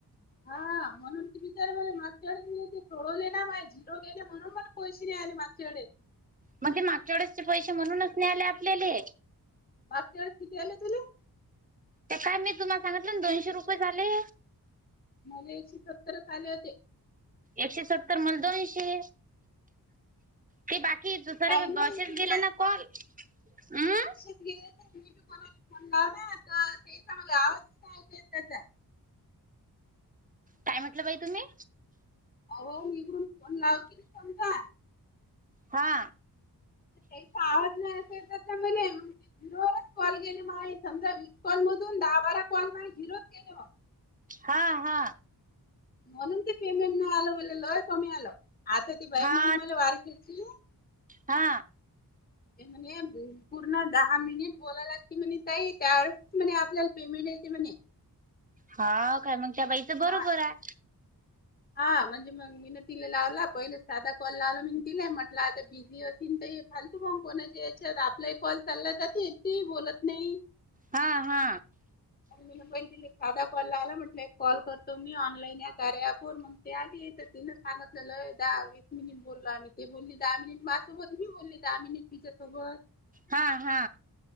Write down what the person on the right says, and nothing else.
मंग ते मागच्या वेळेसचे पैसे म्हणूनच नाही आले आपल्याले
अ काय माहित तुमाल सांगितल ना तुला दोनशे रुपयच झाले.
एकशे सत्तर मला दोनशे ते बाकी दुसरे
बासेच
गेले
ना कॉल, उम्म
काय म्हटलं बाई तुम्ही?
हा.
हा हा.
हा
हा.
हा काय मंग त्या बाईचं बरोबराय
हा हा.
हा हा.